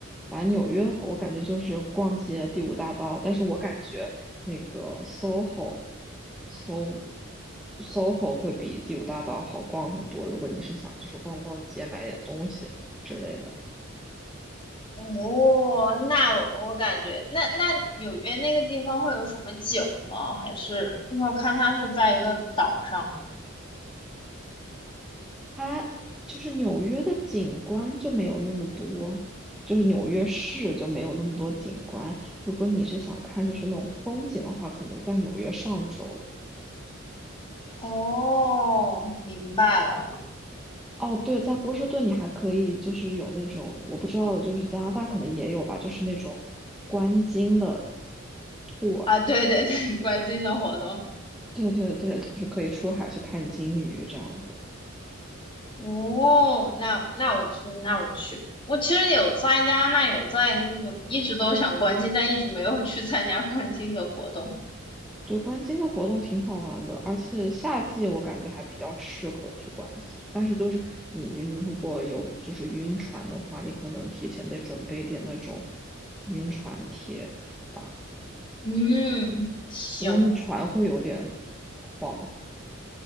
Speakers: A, in the centre; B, on the left.
A: 反正纽约我感觉就是逛街第五大道，但是我感觉那个 SOHO、So SOHO 会比第五大道好逛很多，如果你是想就是逛逛街、买点东西之类的。
B: 哦，那我我感觉，那那纽约那个地方会有什么景吗？还是因为我看它是在一个岛上。
A: 它就是纽约的景观就没有那么多，就是纽约市就没有那么多景观。如果你是想看就是那种风景的话，可能在纽约上州。
B: 哦，明白了，
A: 哦，对，在波士顿你还可以就是有那种我不知道，就是加拿大可能也有吧，就是那种观鲸的 tour。
B: 啊，对对对，观鲸的活动。
A: 对对对，就是可以出海去看鲸鱼这样子。
B: 哦，那那我去，那我去。我其实有参加那有在有一直都想观鲸，但一直没有去参加观鲸的活动。
A: 对，观鲸的活动挺好玩的，而且夏季我感觉还比较适合去观鲸。但是就是你你如果有就是晕船的话，你可能提前得准备点那种晕船贴吧，
B: 嗯，行，
A: 因为那船会有点晃。